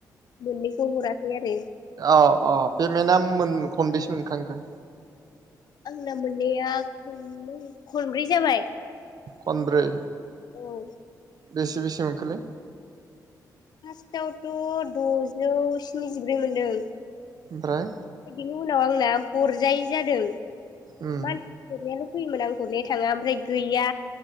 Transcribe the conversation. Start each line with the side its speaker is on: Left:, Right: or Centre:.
Left: मोननैखौ हराखै आरो।
Right: औ औ पेमेन्टआ मोन खनबेसो मोनखांखो?
Left: आंना मोननाया खनै खनब्रै जाबाय।
Right: खनब्रै?
Left: औ।
Right: बेसे बेसे मोनखोलै?
Left: फार्स्टआवथ' द'जौ स्निजिब्रै मोनदों।
Right: ओमफ्राय
Left: बिनि उनाव आंना हरजायै जादों
Right: उम
Left: मानसि हरनाय फैयोमोन आं हरनो थाङा ओमफ्राय गैया